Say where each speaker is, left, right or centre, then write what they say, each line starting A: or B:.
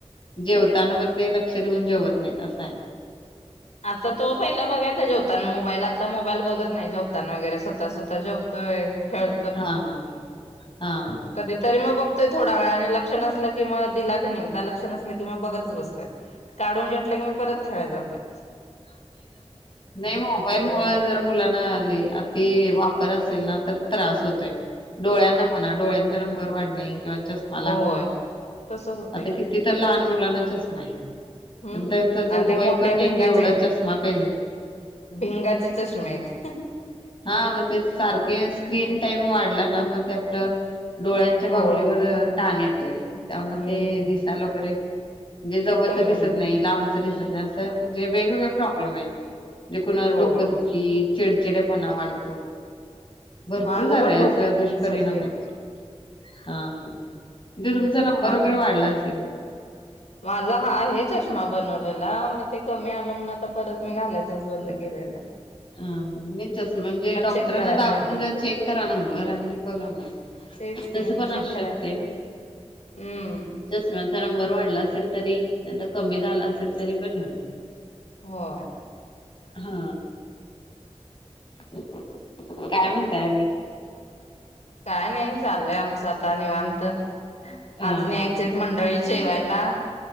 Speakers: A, on the left (about 45°); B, on the left (about 85°).
A: जेवताना पण ते लक्ष देऊन जेवत नाहीत असं हाय
B: आता तो पहिला बघायचा जेवताना मोबाईल आता मोबाईल बघत नाही जेताना वगैरे स्वतः स्वतः जेव तोय खेळ
A: हा हा हा
B: कधी तरी मग बघतोय थोडा वळा आणि लक्ष नसल की मग दिला की नाही एकदा लक्ष नसलं कि मग बघतच बसतोय. काढून घेतलं की मी परत खेळाय जातोय.
A: ह <unintelligible> नाही मोबाईल
B: असं
A: मुळ जर मुलांना लय अति वापर असेल ना तर त्रास होतोय. डोळ्यांना म्हणा डोळ्यांचा नंबर वाढणे किंवा चष्मा लागणे
B: होय तसं होतंय
A: आता
B: की
A: किती? तर लहान मुलांना चष्मा आहे कारण
B: हम्म.
A: त्यांचा ज
B: आणि
A: वय
B: ते मोठ्या
A: पण नाही
B: भिंगाच्या
A: की एवढा
B: आहेत
A: चष्मा पेलन
B: भिंगाचे चष्मे आहेत.
A: हा मग ते सारखे स्क्रीन टाइम वाढला ना मग ते आपलं डोळ्यांच्या
B: होय.
A: बाहुलीवर
B: हम्म
A: ताण येतोय त्यामध्ये
B: हम्म
A: दिसाल वगैरे म्हणजे जवळच
B: कमी
A: दिसत
B: आहे.
A: नाही लांबचं दिसत नाही असं म्हणजे वेगवेगळे प्रॉब्लेम आहेत. म्हणजे कोणाला
B: होय
A: डोकं दुखी चचेडचिडे्यापणा वाढतो. भरपूर
B: माझं
A: झालाय
B: पण डोकेदुखीच
A: असचा दुष्परिणाम
B: होते.
A: आहे तर हा हा तो तुमचा नंबर
B: माल
A: वगैरे वाढला असेल.
B: माझा हा आहे चष्मा बनवलेला मी ते कमी आलं म्हण आता परत मी घालायचंच बंद केले. <unintelligible>
A: ह नच म्हणजे डॉक्टरांना
B: चेक करायला
A: दाखवून
B: लागेल.
A: जा चेक करा नंबर आणि बघा मग
B: तेच
A: तस
B: की
A: पण
B: चेक
A: असू
B: करायच
A: शकतय ना.
B: हम्म
A: चष्म्याचा नंबर वाढला असेल तरी नाही तर कमी झाला असेल तरी पण हे होते.
B: होय.
A: हा काय म्हणताय आणि?
B: काय नाही चाललंय आमचं आता निवांत
A: हा
B: आजून
A: हा
B: यायच मंडळी. जेवायला.